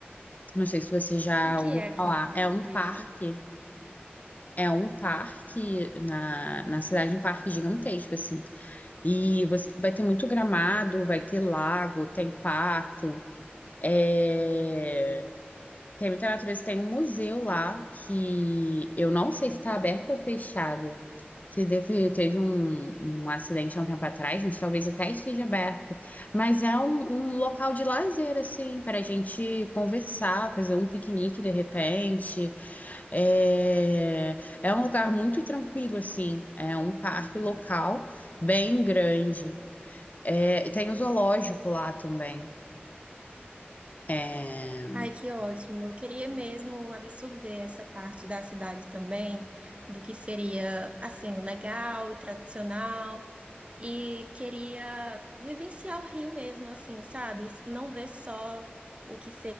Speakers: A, on the left; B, on the right.
A: Não sei se você já
B: O que
A: ouviu
B: é aqui
A: falar.
B: em Praia da
A: É
B: Boa
A: um parque
B: Vista?
A: É um parque na, na cidade, um parque gigantesco, assim. E você vai ter muito gramado, vai ter lago, tem pato, é, tem muita natureza, tem um museu lá que eu não sei se está aberto ou fechado. Que teve, teve um, um acidente há um tempo atrás, mas talvez até esteja aberto. Mas é um, um local de lazer, assim, para a gente conversar, fazer um piquenique de repente. É, é um lugar muito tranquilo, assim. É um parque local bem grande. É, e tem o zoológico lá também. É,
B: Ai, que ótimo! Eu queria mesmo absorver essa parte da cidade também, do que seria assim legal e tradicional. E queria vivenciar o Rio mesmo, assim, sabe? Não ver só o que